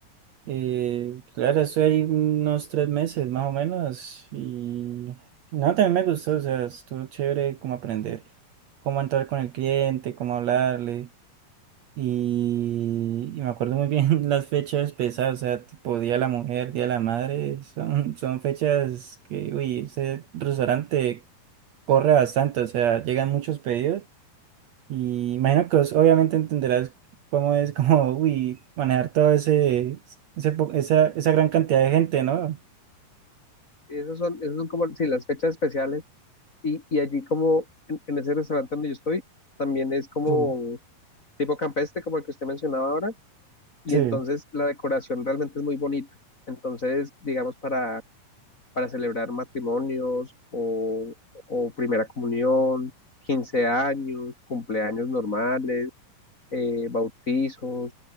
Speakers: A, on the right; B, on the left.
A: Eh, claro, estoy ahí unos tres meses más o menos y no, también me gustó, o sea, estuvo chévere como aprender cómo entrar con el cliente, cómo hablarle y, y me acuerdo muy bien <laughs> las fechas pesadas, o sea, tipo Día de la Mujer, Día de la Madre, son, son fechas que, uy, ese restaurante corre bastante, o sea, llegan muchos pedidos y imagino que vos obviamente entenderás cómo es como, <laughs> uy, manejar todo ese, ese po- esa, esa gran cantidad de gente, ¿no?
B: Y esos son, esos son como, sí, las fechas especiales y, y allí como en, en ese restaurante donde yo estoy, también es como
A: Uy,
B: tipo campestre, como el que usted mencionaba ahora, y
A: sí,
B: entonces la decoración realmente es muy bonita. Entonces, digamos, para para celebrar matrimonios o, o primera comunión, 15 años, cumpleaños normales, eh, bautizos,